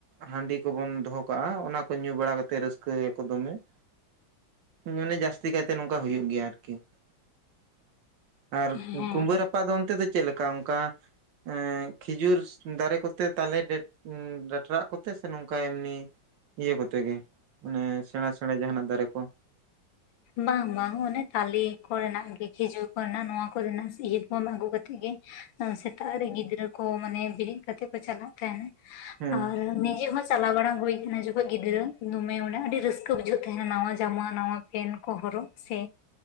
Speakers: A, on the right (about 70°); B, on the left (about 75°).
A: ᱦᱟᱺᱰᱤ ᱠᱚᱵᱚᱱ ᱫᱚᱦᱚ ᱠᱟᱜ-ᱟ ᱚᱱᱟ ᱠᱚ ᱧᱩ ᱵᱟᱲᱟ ᱠᱟᱛᱮ ᱨᱟᱹᱥᱠᱟᱹᱭ ᱟᱠᱚ ᱫᱚᱢᱮ ᱾ ᱢᱟᱱᱮ ᱡᱥᱛᱤ ᱠᱟᱭᱛᱮ ᱱᱚᱝᱠᱟ ᱦᱩᱭᱩᱜ ᱜᱮᱭᱟ ᱟᱨᱠᱤ ᱾ <inaudible> ᱟᱨ
B: ᱦᱮᱸ
A: ᱠᱩᱸᱵᱟᱹ ᱨᱟᱯᱟᱜ ᱫᱚ ᱚᱱᱛᱮ ᱫᱚ ᱪᱮᱫ ᱞᱮᱠᱟ ᱚᱱᱠᱟ ᱮ ᱠᱷᱤᱡᱩᱨ ᱫᱟᱨᱮ ᱠᱚᱛᱮ ᱛᱟᱞᱮ ᱰᱮ ᱰᱟᱰᱨᱟᱜ ᱠᱚ ᱥᱮ ᱱᱚᱝᱠᱟ ᱮᱢᱱᱤ ᱤᱭᱟᱹ ᱠᱚᱛᱮ ᱜᱮ, ᱢᱟᱱᱮ ᱥᱮᱬᱟ ᱥᱮᱬᱟ ᱡᱟᱦᱟᱱᱟᱜ ᱫᱟᱨᱮ ᱠᱚ?
B: ᱵᱟᱝ ᱵᱟᱝ ᱚᱱᱮ ᱛᱟᱞᱮ ᱠᱚᱨᱮᱱᱟᱜ ᱜᱮ ᱠᱷᱤᱡᱩᱨ ᱠᱚᱨᱮᱱᱟᱜ ᱱᱚᱣᱟ ᱠᱚᱨᱮᱱᱟᱜ ᱤᱭᱟᱹ ᱠᱚ ᱟᱹᱜᱩ ᱠᱟᱛᱮᱫ ᱜᱮ ᱾ ᱦᱮᱸ ᱥᱮᱛᱟᱜ ᱨᱮ ᱜᱤᱫᱽᱨᱟᱹ ᱠᱚ ᱢᱟᱱᱮ ᱵᱮᱨᱮᱫ ᱠᱟᱛᱮᱜ ᱠᱚ ᱪᱟᱞᱟᱜ ᱛᱟᱦᱮᱸᱱ
A: ᱦᱮᱸ
B: ᱟᱨ ᱱᱤᱡᱮ ᱦᱚᱸ ᱪᱟᱞᱟᱣ ᱵᱟᱲᱟ ᱦᱩᱭᱠᱟᱱᱟ ᱡᱚᱠᱷᱚᱡ ᱜᱤᱫᱽᱨᱟᱹ ᱫᱚᱢᱮ ᱚᱰᱮ ᱟᱹᱰᱤ ᱨᱟᱹᱥᱠᱟᱹ ᱵᱩᱡᱷᱟᱹᱜ ᱛᱟᱦᱮᱱ, ᱱᱟᱣᱟ ᱡᱟᱢᱟ ᱱᱟᱣᱟ ᱯᱮᱱ ᱠᱚ ᱦᱚᱨᱚᱜ ᱥᱮ